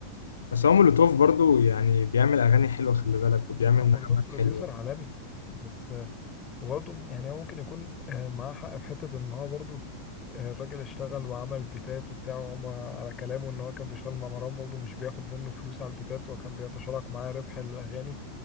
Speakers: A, on the left; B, on the left.
A: بس هو مولوتوف
B: ب-
A: برضو يعني بيعمل أغاني حلوة خلي بالك وبيعمل
B: هو
A: نغمات
B: مولوتوف بروديوسر
A: حلوة
B: عالمي بس وبرضه يعني هو ممكن يكون آه، معاه حق في حتة إن هو برضه آه، الراجل اشتغل وعمل بيتات وبتاع وهم على كلامه إن هو كان بيشتغل مع مروان بابلو مش بياخد منه فلوس على البيتات وكان بيتشارك معاه ربح الأغاني